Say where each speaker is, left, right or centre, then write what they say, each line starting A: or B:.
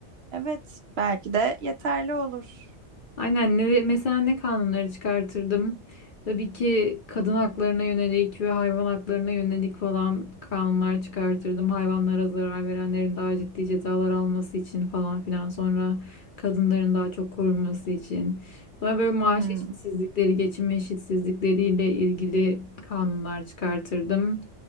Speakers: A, on the right (about 65°); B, on the left (about 50°).
A: Evet, belki de yeterli olur.
B: Aynen ne, mesela ne kanunları çıkartırdım? Tabii ki kadın haklarına yönelik ve hayvan haklarına yönelik falan kanunlar çıkartırdım. Hayvanlara zarar verenlerin daha ciddi cezalar alması için falan filan. Sonra kadınların daha çok korunması için. Sonra böyle maaş
A: Hmm.
B: eşitsizlikleri, geçim eşitsizlikleriyle ilgili kanunlar çıkartırdım.